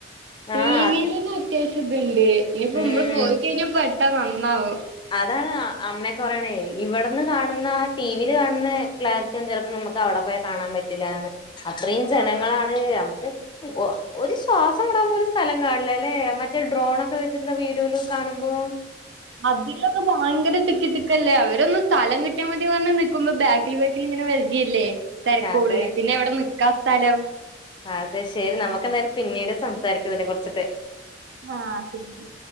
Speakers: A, on the right (about 70°); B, on the left (about 25°).
A: ടി
B: ആഹ് അതെ
A: വിൽന്നെ അത്യാശം ഇത്ണ്ട് ഇനിയിപ്പോ
B: ഉം
A: മ്മള് പോയി കഴിഞ്ഞാ പെട്ടാ വന്നാവോ
B: അതാണ് അമ്മക്കറയണ ഇവടുന്ന് കാണുന്ന ആ ടി വിൽ കാണുന്ന ക്ലാരി ചിലപ്പോ ഞമ്മ ക്ക് അവിടെ പോയാ കാണാൻ പറ്റില്ലന്ന് അത്രയും ജനങ്ങളാണ്
A: ആഹ്
B: അപ്പൊ ഓ ഒരു ശ്വാസം വിടാ പോലും സ്ഥലം കാണ്‌ല ല്ലെ മറ്റേ ഡ്രോണൊക്കെ വെച്ച്ട്ട്ള്ള വീഡിയോൽ കാണുമ്പോ
A: അതിലൊക്കെ ഭയങ്കര തിക്കി തിക്കല്ലേ അവരൊന്നന്ന് സ്ഥലം കിട്ടാമതി പറഞ് നിക്കുമ്പോ ബേ വെക്കിൽ വെക്കിൽ ഇങ്ങനെ വരില്ലേ തരക്കൊൾ
B: അതെ
A: പിന്നെ എവടെ നിക്കാ സ്ഥലം
B: അതെ ശെരി നമുക്കെന്തായാലും പിന്നീട് സംസാരിക്കാം ഇതിനെ കുറിച്ചിട്ട്
A: ആഹ് ശരി